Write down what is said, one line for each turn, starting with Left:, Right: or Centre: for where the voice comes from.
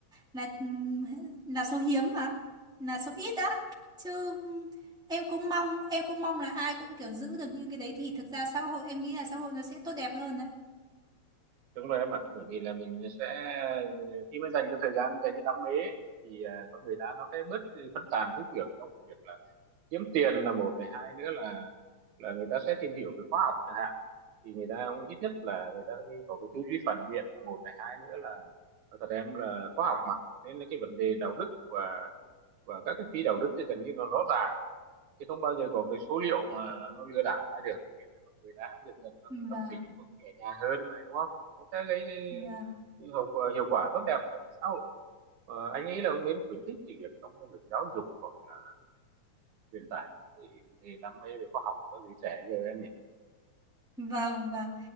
Centre: là là số hiếm mà, là số ít đó. Chứ em cũng mong em cũng mong là ai cũng kiểu giữ được như cái đấy thì thực ra xã hội em nghĩ là xã hội nó sẽ tốt đẹp hơn đấy.
Right: đúng rồi em ạ bởi vì là mình sẽ khi mà dành cho thời gian dành cho đam mê ấy, thì ờ, con người ta nó sẽ bớt cái phân tán tư tưởng trong việc là kiếm tiền là một này hai nữa là là người ta sẽ tìm hiểu về khoa học chẳng hạn thì người ta cũng ít nhất là người ta cái- có cái tư duy phản biện là một này hai nữa là nói thật em là khoa học mà nên là cái vấn đề đạo đức và và các cái phi đạo đức thì gần như nó rõ ràng chứ không bao giờ có cái số liệu mà nó lừa đảo ai được nên là con người ta cũng dần dần là cái tâm
Centre: Vâng,
Right: tính cũng nhẹ nhàng hơn này đúng không cũng sẽ gây cái,
Centre: vâng.
Right: cái hậu quả- hiệu quả tốt đẹp cho xã hội Ờ, anh nghĩ là ông nên khuyến khích cái việc trong cái việc giáo dục hoặc là truyền tải cái vấn đề đam mê về khoa học cho giới trẻ giờ em nhỉ
Centre: Vâng, vâng.